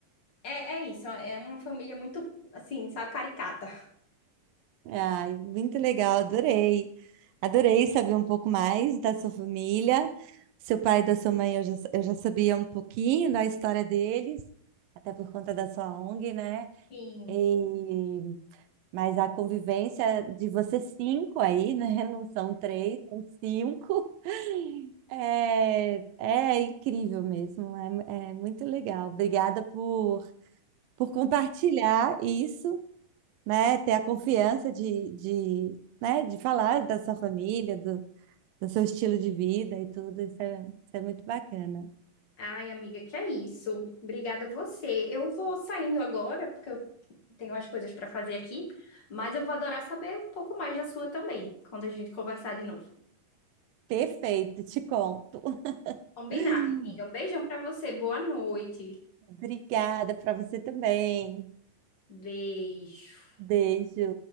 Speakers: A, on the left (about 35°); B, on the right (about 80°).
A: é, é isso, é uma família muito, assim, sabe, caricata.
B: Ai, muito legal, adorei. Adorei saber um pouco mais da sua família. Seu pai e da sua mãe, eu já, eu já sabia um pouquinho da história deles, até por conta da sua ONG, né?
A: Sim.
B: E Mas a convivência de vocês cinco aí, né? <laughs> Não são três, são cinco. <laughs> É, é incrível mesmo, é, é muito legal. Obrigada por, por compartilhar isso, né? Ter a confiança de, de, né? de falar da sua família, do, do seu estilo de vida e tudo. Isso é, isso é muito bacana.
A: Ai, amiga, que é isso. Obrigada a você. Eu vou saindo agora, porque eu tenho umas coisas para fazer aqui, mas eu vou adorar saber um pouco mais da sua também, quando a gente conversar de novo.
B: Perfeito, te conto.
A: Combinado,
B: <laughs>
A: amiga. Um beijão para você. Boa noite.
B: Obrigada para você também.
A: Beijo.
B: Beijo.